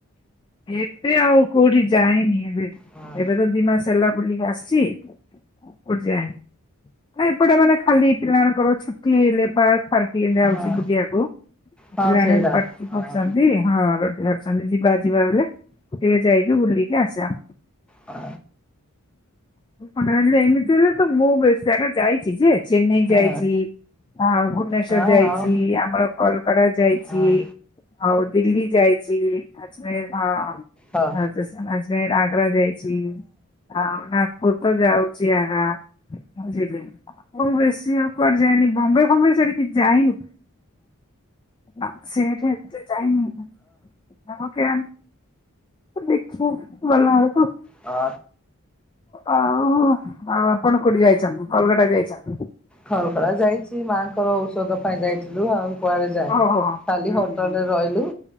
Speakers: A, on the left; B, in the centre.
A: ଏବେ ଆଉ କୋଉଠି ଯାଇନି ଏବେ।
B: ହଁ
A: ଏବେ ତ ଦିମାସ ହେଲା ବୁଲିକି ଆସିଛି। <unintelligible> ଏପଟେ ମାନେ ଖାଲି ପିଲାଙ୍କର ଛୁଟି ହେଲେ ଫାର୍କ <unintelligible>
B: ହଁ
A: ବୁଲିବାକୁ।
B: ହଁ
A: ପିଲା
B: ସେଇଟା
A: ମାନେ ପାଟି
B: ହଁ
A: କୁଛନ୍ତି, ହଁ ରଟି ସାଙ୍ଗେ ଯିବା ଯିବା ବେଲି, ଟିକେ ଯାଇକି ବୁଲିକି ଆସିବା।
B: ଆ
A: ହ ଏମିତି ହେଲେ ତ ମୁଁ ବେଶ ଜାଗା ଯାଇଛି ଯେ ଚେନ୍ନାଇ
B: ହଁ
A: ଯାଇଛି। ହଁ ହଉ ଭୁବନେଶ୍ଵର
B: ହଁ
A: ଯାଇଛି
B: ଆଉ
A: ଆମର କଲକଡା ଯାଇଛି।
B: ହଁ
A: ଆଉ ଦିଲ୍ଲୀ ଯାଇଛି, ଆଜମେର ହଁ।
B: ହଁ।
A: <unintelligible> ଆଗ୍ରା ଯାଇଛି, ଆଉ ନଗପୁର ତ ଯାଉଛି। <unintelligible> ବୁଝିଲେ ହଉ ବେଶୀ ଆଉ କୁଆଡ ଯାଇଏନି ବମ୍ବେ ଫମ୍ବେ ସେଠ ଯାଇନୁ। ନା ସେ ଏଠି ତ ଯାଇନୁ। ନ କେ ଦେଖିବା <unintelligible>
B: ଆ
A: ଆଉ ଆଉ ଆପଣ କୋଉଠି ଯାଇଛନ୍ତି? କଲଗଟା ଯାଇଛନ୍ତି?
B: ଖଲକଳା ଯାଇଛି, ମାଆଙ୍କର ଔଷଧ ପାଇଁ ଯାଇଥିଲୁ ଆଉ। <unintelligible>
A: ଓହୋ ହୋ
B: ଖାଲି
A: ହୁଁ
B: ହୋଟେଲରେ
A: ହୁଁ
B: ରହିଲୁ।